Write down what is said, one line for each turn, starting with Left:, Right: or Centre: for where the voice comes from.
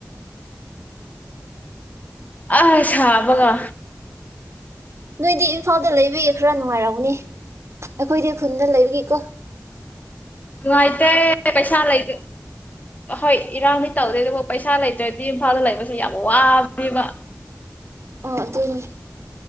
Left: ꯑ ꯁꯥꯥꯕꯒ
Right: ꯅꯣꯏꯗꯤ ꯏꯝꯐꯥꯜꯗ ꯂꯩꯕꯤꯌꯦ ꯈꯔ ꯅꯨꯡꯉꯥꯏꯔꯎꯅꯦ ꯑꯩꯈꯣꯏꯗꯤ ꯈꯨꯟꯗ ꯂꯩꯕꯀꯣ
Left: ꯅꯨꯡꯉꯥꯏꯇꯦ ꯄꯩꯁꯥ ꯂꯩꯗ ꯑꯍꯣꯏ ꯏꯔꯥꯡꯗꯤ ꯇꯧꯗꯣꯏ ꯑꯗꯨ ꯄꯩꯁꯥ ꯂꯩꯇ꯭ꯔꯗꯤ ꯏꯝꯐꯥꯜꯗ ꯂꯩꯕꯁꯦ ꯌꯥꯝ ꯋꯥꯕꯅꯦꯕ꯫
Right: ꯑꯣ ꯑꯗꯨꯅꯤ꯫